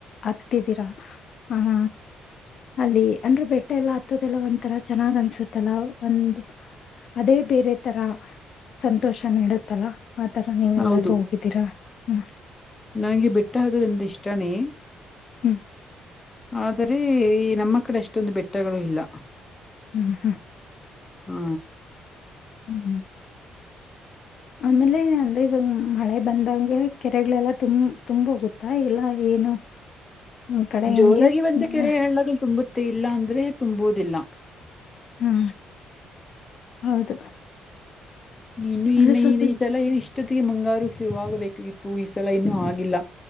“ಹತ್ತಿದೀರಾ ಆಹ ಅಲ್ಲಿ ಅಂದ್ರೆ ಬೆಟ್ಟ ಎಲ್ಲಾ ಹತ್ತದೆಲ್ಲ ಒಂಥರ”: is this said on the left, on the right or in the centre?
Left